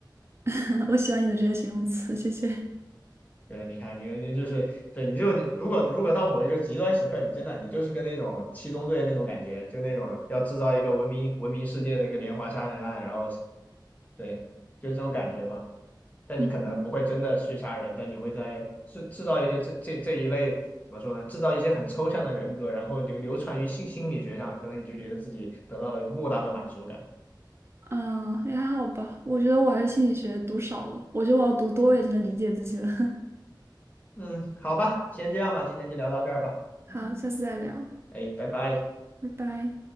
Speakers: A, on the right; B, on the left.
A: <laughs> 我喜欢你的这些形容词，谢谢。
B: 对啊，你看，你就是对，你就如果如果到某一个极端时刻，你真的你就是跟那种七宗罪那种感觉，就那种要制造一个文明文明世界的一个连环杀人案，然后对，就这种感觉吧。但你可能不会真的去杀人，
A: 嗯。
B: 但你会在制制造一些这这这一类怎么说呢？制造一些很抽象的人格，然后流流传于心心理学上，可能你就觉得自己得到了莫大的满足感。
A: 嗯，也还好吧。我觉得我还是心理学读少了，我觉得我要读多一点才能理解自己了。<laughs>
B: 嗯，好吧，先这样吧，今天就聊到这儿吧。
A: 好，下次再聊，
B: 哎，拜拜。
A: 拜拜。